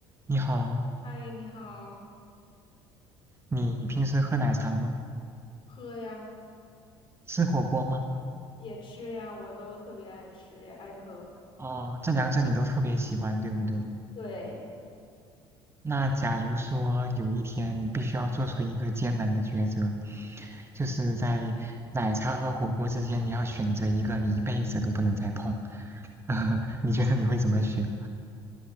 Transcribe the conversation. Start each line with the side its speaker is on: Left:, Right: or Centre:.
Right: 你好，
Left: 嗨，你好，
Right: 你平时喝奶茶吗？
Left: 喝呀，
Right: 吃火锅吗？
Left: 也吃呀，我都特别爱吃，也爱喝。
Right: 哦，这两者你都特别喜欢，对不对？
Left: 对，
Right: 那假如说有一天你必须要做出一个艰难的抉择，就是在奶茶和火锅之间，你要选择一个你一辈子都不能再碰，<laughs> 你觉得你会怎么选？